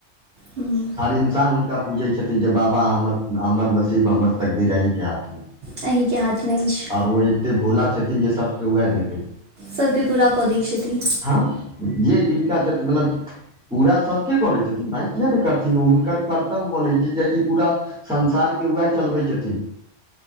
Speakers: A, on the right (about 70°); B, in the centre.
A: हुं
B: हर इन्सान हुनका पूछै छथिन जे बाबा हमर सी महम्मद तकदीरा ह के हाथमे
A: अहीँके हाथमे अछि
B: और एते भोला छै छथिन जे सबके वएह देखै छै
A: सभके पूरा कऽ दै छथिन
B: हँ जे जिनका जट मतलब पूरा सभ के कोरैत छथिन भाय किएक नहि करथिन ओ हुनकर कर्तव्य बनहै छै किएकि पूरा संसार के उएह चलबै छथिन